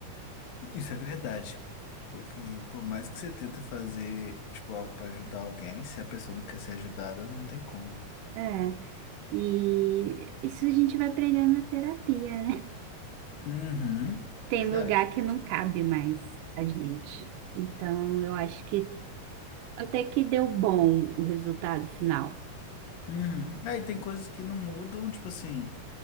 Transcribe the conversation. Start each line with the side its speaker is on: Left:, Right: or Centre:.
Left: Isso é verdade. Porque por mais que você tenta fazer, tipo, algo para ajudar alguém, se a pessoa não quer ser ajudada, não tem como, né?
Right: É, e isso a gente vai aprendendo na terapia, né?
Left: Uhum,
Right: Tem
Left: verdade.
Right: lugar que não cabe mais a gente. Então, eu acho que até que deu bom o resultado final.
Left: Uhum. Aí tem coisas que não mudam, tipo assim,